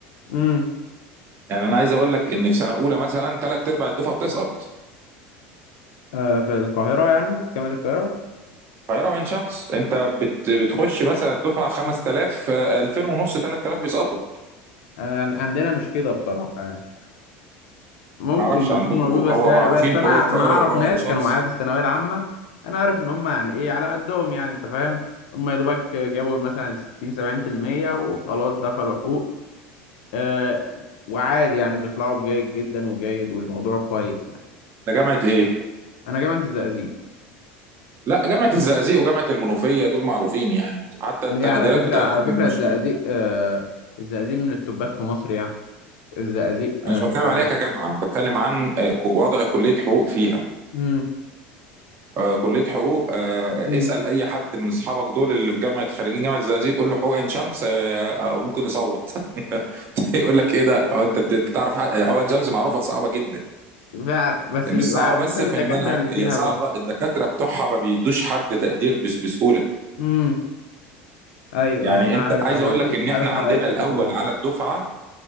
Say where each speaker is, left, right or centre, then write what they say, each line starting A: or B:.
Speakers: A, on the left; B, on the right.
A: امم
B: يعني انا عايز اقول لك ان في سنه اولى مثلا ثلاث ارباع الدفعه بتسقط
A: آه في القاهرة يعني في جامعة القاهرة
B: القاهره وعين شمس انت بت بتخش مثلا الدفعه 5000
A: مم.
B: آه، 2000 ونص 3000 بيسقطوا
A: آه يعني عندنا مش كده بصراحة يعني ممكن
B: ما اعرفش عندكم
A: يكون موجود
B: هو
A: بس بس
B: معروفين
A: انا
B: حقوق القاهره
A: انا اعرف
B: وحقوق
A: ناس
B: عين شمس
A: كانوا معايا في الثانوية العامة انا عارف ان هم يعني ايه على قدهم يعني انت فاهم هم يا دوبك جابوا مثلا 60 70% وخلاص دخلوا حقوق آه وعادي يعني بيطلعوا بجيد جدا وجيد والموضوع كويس يعني
B: ده جامعه ايه؟
A: انا جامعة الزقازيق
B: لا جامعه الزقازيق وجامعه المنوفيه دول معروفين يعني حتى
A: ليه
B: التقديرات
A: على فكرة
B: بتاعتهم
A: على فكرة
B: مش
A: الزقازيق آه الزقازيق من التوبات في مصر يعني الزقازيق آه
B: انا مش بتكلم
A: كويس
B: عليها كجامعه انا بتكلم عن آه، كو- وضع كليه حقوق فيها
A: امم
B: آه، كليه حقوق آه،
A: امم
B: اسال اي حد من اصحابك دول اللي في جامعه خريجين جامعه الزقازيق قول له حقوق عين شمس آه، آه، ممكن يصوت <laughs> يقول لك ايه ده هو انت بت- بتعرف حق- حقوق عين شمس معروفه صعبه جدا
A: بقى- بس
B: مش
A: بيبقى
B: صعبه
A: على
B: بس
A: حسب
B: في
A: الدكاترة
B: المنهج
A: اللي
B: هي
A: فيها
B: صعبه
A: بقى
B: الدكاتره بتوعها ما بيدوش حد تقدير بس بسهوله
A: امم ايوه
B: يعني
A: أيوة، انا
B: انت
A: عارف
B: عايز
A: انا
B: اقول لك
A: في
B: ان
A: عارف
B: احنا عندنا
A: نوعية الدكاترة
B: الاول
A: اللي
B: على الدفعه